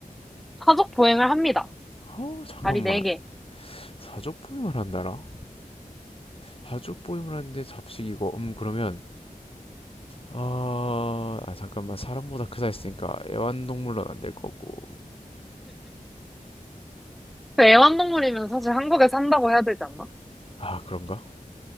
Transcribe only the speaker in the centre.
사족 보행을 합니다.
다리 네개
근데 애완동물이면 사실 한국에 산다고 해야 되지 않나?